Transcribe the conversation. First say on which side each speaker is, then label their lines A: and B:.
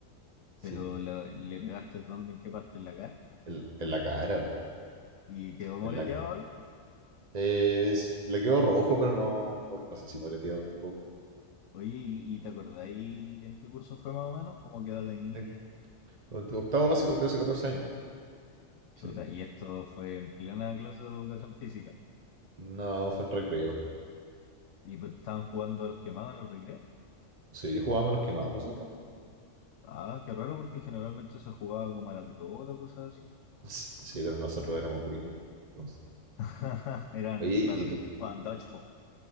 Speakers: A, on the right (about 35°); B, on the left (about 80°).
A: Sí,
B: pero la- le pegaste dónde, en qué parte en la cara
A: en, en la cara, pu,
B: y quedó moreteado
A: en la,
B: o algo.
A: es- le quedó rojo, pero no, no, no sé si moreteado tampoco.
B: Oye, ¿y, y te acordáis en qué curso fue más o menos? ¿Cómo quedó de niña?
A: En octavo básico, 13, 14 años. Sí.
B: Chuta, y esto fue en plena clase de educación física.
A: No, fue en recreo.
B: Y pues, estaban jugando a los quemados en el recreo.
A: Sí, jugábamos los quemados nosotros.
B: Ah, qué raro porque generalmente se jugaba como a la pelota o cosas
A: S- Sí, pero nosotros éramos gringos. Entonces.
B: <laughs> Eran,
A: Oye,
B: claro,
A: ¿y tú?
B: jugaban dodgeball.